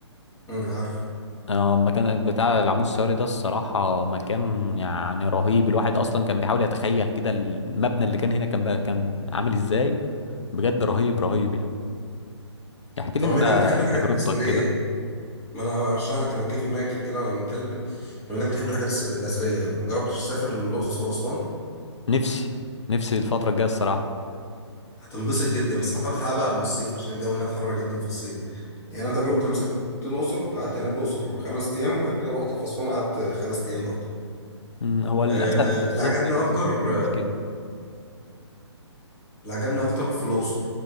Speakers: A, on the left; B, on the left.
A: أمم، عارف
B: اه المكان بتاع العمود السياري ده الصراحة مكان يعني رهيب الواحد أصلا كان بيحاول يتخيل كده المبنى اللي كان هنا كان بقى كان عامل ازاي بجد رهيب رهيب يعني احكي
A: طب
B: لي انت
A: بما انك بتحب الحاجات
B: تجربتك
A: الاثريه
B: كده
A: ما انا ارشح لك انا جه في دماغي كده وانا بنتكلم بما انك بتحب الحاجات الس- الاثريه ما جربتش تسافر للاقصر واسوان
B: نفسي نفسي الفترة الجاية الصراحة
A: هتنبسط جدا بس حاول تلحقها بقى قبل الصيف عشان الجو هناك حر جدا في الصيف يعني انا تجربتي لما سافرت الاقصر قعدت هناك الاقصر خمس ايام وبعد كده رحت في اسوان قعدت خمس ايام برضه
B: مم، هو للأسف
A: آه، اللي
B: الصيف
A: عجبني
B: جه-
A: اكتر
B: دي المشكلة
A: آه، اللي عجبني اكتر في الاقصر